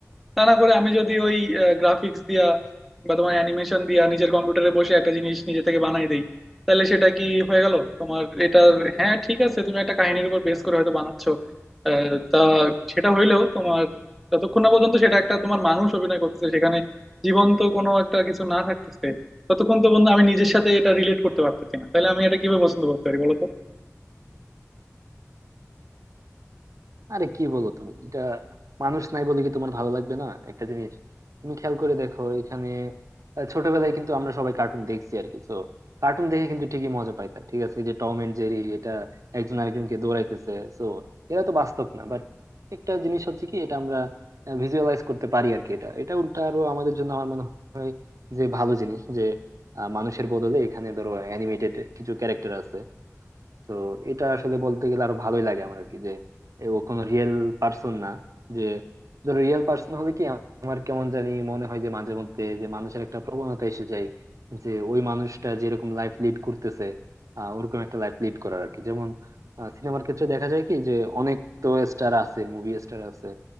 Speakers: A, in the centre; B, on the right.
A: তা না করে আমি যদি ওই গ্রাফিক্স দিয়া বা তোমার অ্যানিমেশন দিয়া নিজের কম্পিউটারে বসে একটা জিনিস নিজে থেকে বানাই দেই তাহলে সেটা কি হয়ে গেল তোমার এটা হ্যাঁ ঠিক আছে তুমি একটা কাহিনীর উপর বেস করে হয়তো বানাচ্ছো আহ, তা সেটা হইলেও তোমার যতক্ষণ না পর্যন্ত সেটা একটা তোমার মানুষ অভিনয় করতেছে সেখানে জীবন্ত কোনো একটা কিছু না থাকতেছে ততক্ষণ তো বন্ধু আমি নিজের সাথে এটা রিলেট করতে পারতেছি না তাহলে আমি এটা কিভাবে পছন্দ করতে পারি বলো তো
B: আরে কি বলো তুমি এটা মানুষ নাই বলে কি তোমার ভালো লাগবে না একটা জিনিস তুমি খেয়াল করে দেখো এখানে আহ, ছোটবেলায় কিন্তু আমরা সবাই কার্টুন দেখছি আর কি তো কার্টুন দেখে কিন্তু ঠিকই মজা পাইতাম ঠিক আছে এই যে টম এন্ড জেরি এটা একজন আরেকজনকে দৌড়াইতেছে তো এরা তো বাস্তব না বাট একটা জিনিস হচ্ছে কি এটা আমরা ভিজুয়ালাইজ করতে পারি আর কি এটা এটা উল্টা আরো আমাদের জন্য আমার মনে হয় যে ভালো জিনিস যে আহ, মানুষের বদলে এখানে ধরো অ্যানিমেটেড কিছু ক্যারেক্টার আছে তো এটা আসলে বলতে গেলে আরো ভালোই লাগে আমার আর কি যে এ ও কোনো রিয়েল পার্সন না যে ধরো রিয়েল পার্সন হলে কি আমার কেমন জানি মনে হয় যে মাঝে মধ্যে যে মানুষের একটা প্রবণতা এসে যায় যে ওই মানুষটা যেরকম লাইফ লিড করতেছে আহ ওরকম একটা লাইফ লিড করার আর কি যেমন সিনেমার ক্ষেত্রে দেখা যায় কি যে অনেক তো স্টার আছে মুভি স্টার আছে